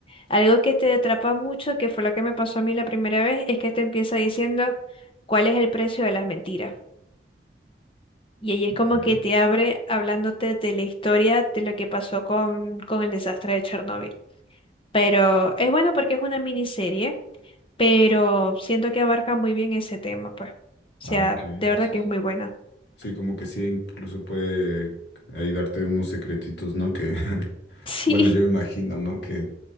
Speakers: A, on the left (about 30°); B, on the left (about 75°).
A: Algo que te atrapa mucho, que fue lo que me pasó a mí la primera vez, es que te empieza diciendo cuál es el precio de las mentiras. Y ahí es
B: Ok.
A: como que te abre hablándote de la historia de lo que pasó con, con el desastre de Chernóbil. Pero es bueno porque es una miniserie, pero siento que abarca muy bien ese tema, pues. O sea,
B: Ah, ok.
A: de verdad
B: Sí,
A: que
B: sí.
A: es muy buena.
B: Sí, como que sí, incluso puede ahí darte unos secretitos, ¿no? Que, <laughs>
A: <laughs> Sí.
B: bueno, yo me imagino, ¿no? Que,